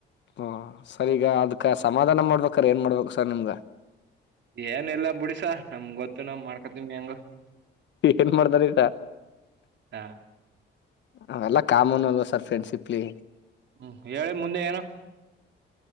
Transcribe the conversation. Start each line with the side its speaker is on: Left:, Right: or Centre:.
Left: ಓ ಸರಿ ಈಗ ಅದ್ಕ ಸಮಾಧಾನ ಮಾಡ್ಬೇಕ್ರ ಏನ್ ಮಾಡ್ಬೇಕ ಸರ್ ನಿಮ್ಗ.
Right: ಏನ್ ಇಲ್ಲ ಬಿಡಿ ಸ ನಮಗೋತ್ತು ನಾವ್ ಮಾಡ್ಕೋತೀವಿ ಹೆಂಗೋ.
Left: ಏನ್ ಮಾಡ್ಕೋತಿರಾ
Right: ಹಾ
Left: ಅವೆಲ್ಲ ಕಾಮನ್ ಅಲ್ವ ಸರ್ ಫ್ರೆಂಡ್ಸಿಪ್. ಪ್ಲೀ.
Right: ಹ್ಮ್ ಹೇಳಿ ಮುಂದೆ ಏನು.